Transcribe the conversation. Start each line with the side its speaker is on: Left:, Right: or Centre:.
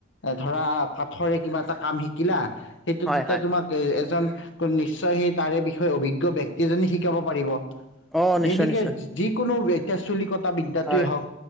Left: ধৰা কাঠৰে কিবা এটা কাম শিক কিলা। সেইটো
Centre: হয়
Left: তেতিয়া
Centre: হয়
Left: তোমাক এজন ত' নিশ্চয় সেই তাৰে বিষয়ে অভিজ্ঞ ব্যক্তি এজনে শিকাব পাৰিব।
Centre: অ নিশ্চয়
Left: যেনেকে
Centre: নিশ্চয়
Left: যিকোনো ব্য এটিয়া চুলি ক টা বিদ্যাতয়ে
Centre: হয়
Left: হওক,